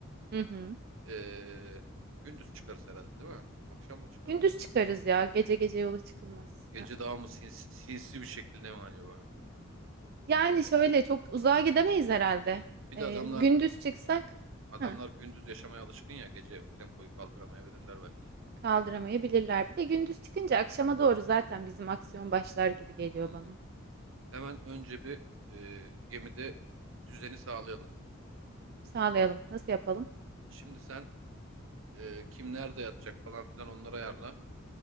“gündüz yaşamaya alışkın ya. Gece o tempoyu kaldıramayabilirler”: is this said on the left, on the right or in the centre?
Right